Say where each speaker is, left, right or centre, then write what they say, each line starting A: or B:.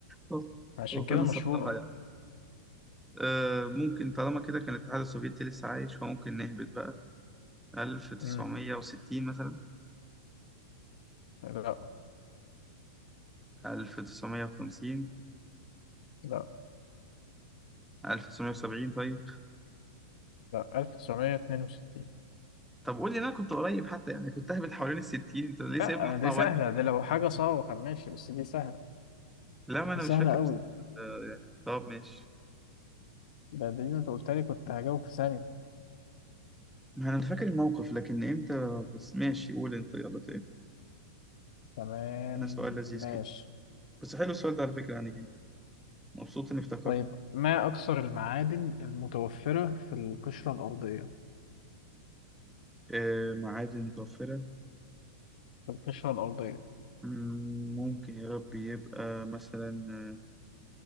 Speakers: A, in the centre; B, on the left.
A: ابيض <laughs>
B: عشان
A: ربنا
B: كده مشهورة
A: سترها يعني آه، ممكن طالما كده كان الاتحاد السوفيتي لسه عايش فممكن نهبط بقى 1960
B: مم.
A: مثلا
B: لا،
A: 1950
B: لا
A: 1970 طيب
B: لا 1962
A: طب قول لي إن انا كنت قريب حتى يعني كنت اهبط حوالين الستين انت ليه
B: لا
A: سايبني اطلع
B: دي
A: وانزل
B: سهلة دي لو حاجة صعبة كان ماشي بس دي سهلة
A: لا ما انا
B: دي
A: مش
B: سهلة
A: فاكر
B: قوي
A: بس آه، يعني طب ماشي
B: ده دي انت قلت لي كنت هجاوب في ثانية
A: ما انا فاكر الموقف لكن امتى بس ماشي قول انت يلا تاني
B: تمام
A: هنا سؤال لذيذ
B: ماشي
A: كده بس حلو السؤال ده على فكرة يعني جه. مبسوط اني افتكرت
B: طيب ما أكثر المعادن المتوفرة في القشرة الأرضية
A: آه معادن متوفرة
B: في القشرة الأرضية
A: مم، ممكن يا رب يبقى مثلا